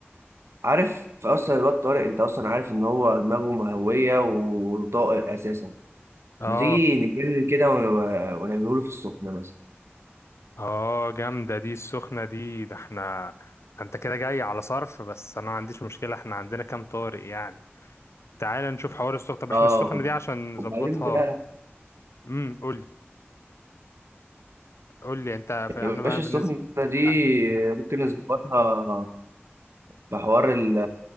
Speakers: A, on the right; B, on the left.
A: عارف اصلا الواد طارق انت اصلا عارف ان هو دماغه مهويه وطاقه اساسا
B: اه
A: ما تيجي نتجنن كده ون- ونعمله له في السخنه مثلا
B: اه جامده دي السخنه دي ده احنا انت كده جاي على صرف بس انا ما عنديش مشكله احنا عندنا كام طارق يعني تعال نشوف حوار السخنه طب
A: اه
B: احنا السخنه دي عشان نظبطها
A: وبعدين بقى
B: امم قول لي. قول لي انت في
A: يا
B: احنا بقى
A: باشا
B: بالنسبه
A: السخنة دي
B: أ-
A: ممكن نظبطها في حوار ال-